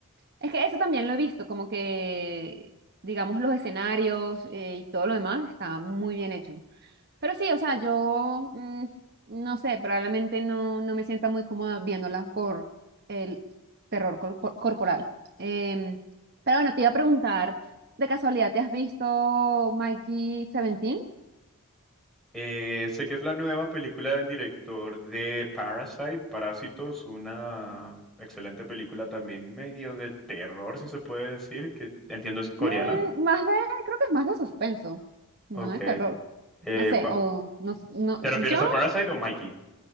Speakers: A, on the right; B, in the centre.
A: Es que eso también lo he visto, como que, digamos, los escenarios, eh, y todo lo demás está muy bien hecho. Pero sí, o sea, yo mm, no sé, probablemente no, no me sienta muy cómoda viéndola por el terror cor- corporal. Em, pero bueno, te iba a preguntar, ¿de casualidad te has visto Mikey 17?
B: Eh, sé que es la nueva película del director de Parasite, Parásitos, una excelente película también medio de terror, si se puede decir, que entiendo es coreana.
A: Mm, más de, creo que es más de suspenso, no
B: Ok.
A: de terror.
B: Eh,
A: No sé,
B: pa-
A: o no, no
B: ¿te refieres
A: yo
B: a Parasite o Mikey?